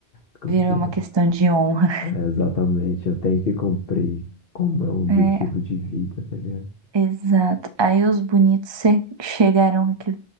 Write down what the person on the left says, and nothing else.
<laughs> Como
se-
É, exatamente, eu tenho que cumprir como é o objetivo
de vida, tá ligado?